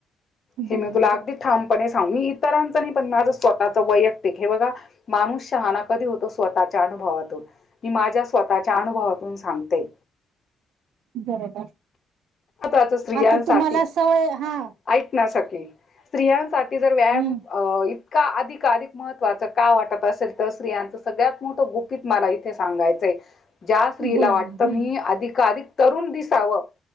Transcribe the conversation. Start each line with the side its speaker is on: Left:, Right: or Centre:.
Left: हे
Right: बरोबर,
Left: मी तुला अगदी ठामपणे सांग मी इतरांचं नाही पण माझं स्वतःचं वैयक् हे बघा माणूस शहाना कधी होतो स्वतःच्या अनुभवातून. मी माझ्या स्वतःच्या अनुभवातून सांगते.
Right: बरोबर.
Left: महत्वाच स्त्रियांसाठी
Right: आता तुम्हाला सवय हा.
Left: ऐक ना! सखे. स्त्रियांसाठी जर व्यायाम
Right: हम्म
Left: अ इतका अधिक अधिक महत्त्वाचं का वाटत असेल तर स्त्रियांचं सगळ्यात मोठं गुप् कीच मला इथे सांगायचंय. ज्या स्त्रीला
Right: बोला
Left: वाटतं
Right: ना हम्म
Left: मी अधिकअधिक तरुण दिसावं.